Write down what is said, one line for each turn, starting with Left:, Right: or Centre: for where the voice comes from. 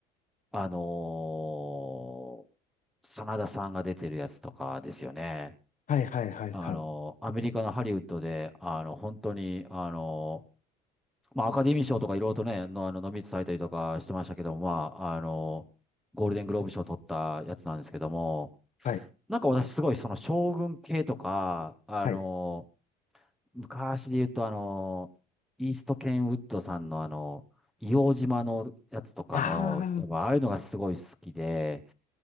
Centre: あの、真田さんが出てるやつとかですよね。
Left: はい、はい、はい、
Centre: あの、
Left: はい、
Centre: アメリカのハリウッドで、あの、本当に、あの、まあ、アカデミー賞とかいろいろとね、の、あの、ノミネートされたりとかしてましたけども、まあ、あの、ゴールデングローブ賞取ったやつなんですけども、
Left: はい、
Centre: なんか私すごいその将軍系とか、あの、
Left: はい。
Centre: 昔で言うとあの、イーストケンウッドさんのあの、硫黄島のやつとかの、
Left: ああ、
Centre: やっぱああいうのがすごい好きで、